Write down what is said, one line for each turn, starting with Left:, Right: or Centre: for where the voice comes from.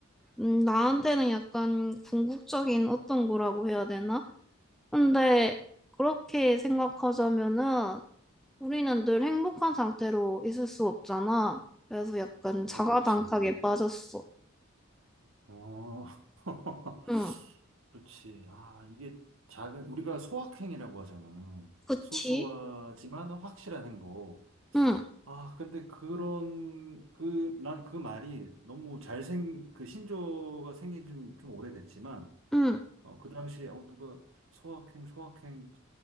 Centre: 음, 나한테는 약간 궁극적인 어떤 거라고 해야 되나? 근데 그렇게 생각하자면은 우리는 늘 행복한 상태로 있을 수 없잖아. 그래서 약간 자가당착에
Right: 없지.
Centre: 빠졌어.
Right: 어, <laughs>
Centre: 응,
Right: 그렇지. 아, 이게 작은, 우리가 소확행이라고 하잖아.
Centre: 그치?
Right: 소소하지만 확실한 행복.
Centre: 응,
Right: 아, 근데 그런, 그, 난 그 말이 너무 잘생, 그 신조가 생긴 지좀 좀 오래됐지만,
Centre: 응,
Right: 어, 그 당시에, 어, 누가 소확행, 소확행,